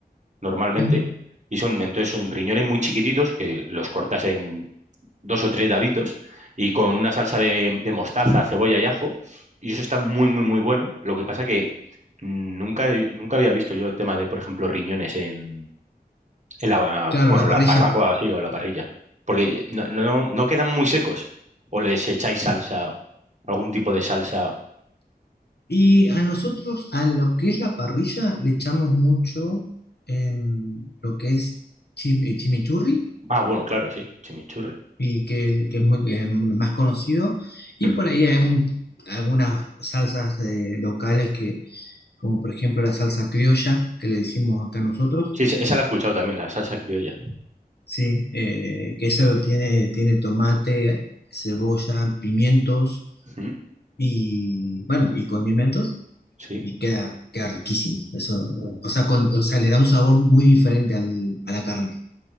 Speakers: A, on the right (about 45°); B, on the left (about 80°).
A: normalmente.
B: ujú,
A: Y son, entonces son riñones muy chiquititos que los cortas dos o tres daditos y con una salsa de, de mostaza, cebolla y ajo. Y eso está muy, muy, muy bueno. Lo que pasa que nunca, nunca había visto yo el tema de, por ejemplo, riñones en, en la, ba-
B: Claro,
A: bueno,
B: a la
A: en
B: parrilla.
A: la barbacoa sí, o la parrilla. Porque no, no, no quedan muy secos. O les echáis salsa, algún tipo de salsa.
B: Y a nosotros, a lo que es la parrilla, le echamos mucho em, lo que es chim- eh, chimichurri
A: Ah, bueno, claro, sí, chimichurri.
B: y que, que es muy que es más conocido. Y
A: Mm.
B: por ahí hay un- algunas salsas eh, locales que, como por ejemplo la salsa criolla, que le decimos acá nosotros,
A: Sí, esa esa la he escuchado también, la salsa criolla.
B: sí, eh, que eso tiene, tiene tomate, cebolla, pimientos
A: Mm,
B: y bueno, y condimentos.
A: Sí.
B: Y queda, queda riquísimo. Eso,
A: Mm.
B: o sea, con- o sea, le da un sabor muy diferente al- a la carne.